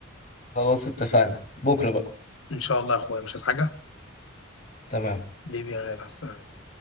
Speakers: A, on the left (about 40°); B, on the left (about 75°).
A: خلاص اتفقنا بكرة بقى
B: ان شاء الله يا اخويا مش عايز حاجه
A: تمام
B: بيبي يا غالي على السلامة.